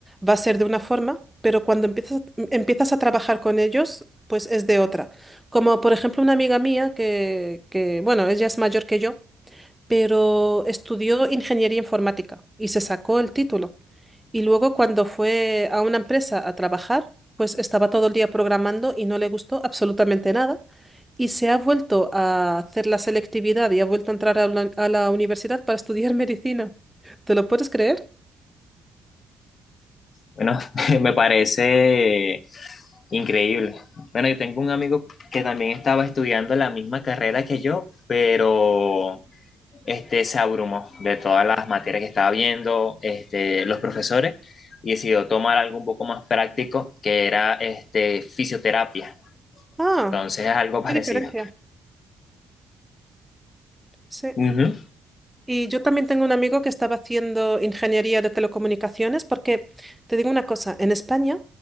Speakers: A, in the centre; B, on the left.
A: va a ser de una forma, pero cuando empiezas, empiezas a trabajar con ellos, pues es de otra. Como por ejemplo una amiga mía que, que, bueno, ella es mayor que yo pero estudió ingeniería informática y se sacó el título. Y luego cuando fue a una empresa a trabajar, pues estaba todo el día programando y no le gustó absolutamente nada. Y se ha vuelto a hacer la selectividad y ha vuelto a entrar a la, a la universidad para estudiar <laughs> medicina. ¿Te lo puedes creer?
B: Bueno, <laughs> me parece increíble. Bueno, yo tengo un amigo que también estaba estudiando la misma carrera que yo, pero este, se abrumó de todas las materias que estaba viendo, este, los profesores, y decidió tomar algo un poco más práctico, que era este, fisioterapia.
A: Ah,
B: Entonces es algo <laughs> parecido.
A: qué diferencia. Sí.
B: Ujú.
A: Y yo también tengo un amigo que estaba haciendo ingeniería de telecomunicaciones porque, te digo una cosa, en España